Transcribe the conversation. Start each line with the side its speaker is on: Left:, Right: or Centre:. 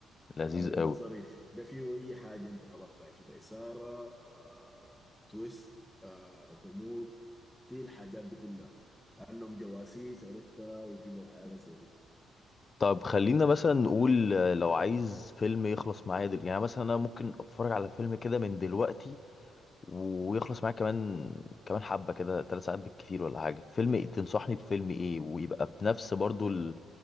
Left: لذيذ
Centre: اي
Left: قوي
Centre: ده ظريف ده فيه اي حاجه انت طلبتها كده اثاره آه، تويست آه، غموض في الحاجات دي كلها لانهم جواسيس عرفتها وكده وحاجات زي دي
Left: طب خلينا مثلا نقول آه، لو عايز فيلم يخلص معايا دل... يعني مثلا انا ممكن اتفرج على فيلم كده من دلوقتي ويخلص معايا كمان كمان حبة كده ثلاث ساعات بالكتير ولا حاجة فيلم إيه؟ تنصحني بفيلم ايه ويبقى بنفس برضو ال...